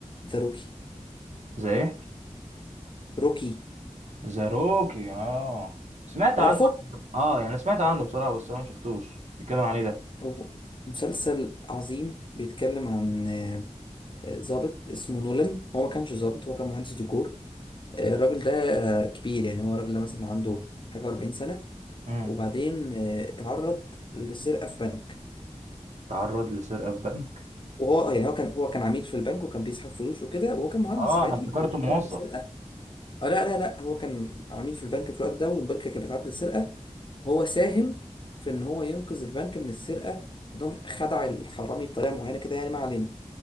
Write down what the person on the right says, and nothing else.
زي ايه
زي روكي اه سمعت
عنه على فكرة. اه يعني سمعت عنه بصراحه بس انا ما شفتوش بيتكلم عن ايه ده
امم
تعرض لسرقه في بنك
اه
انا افتكرته
موظف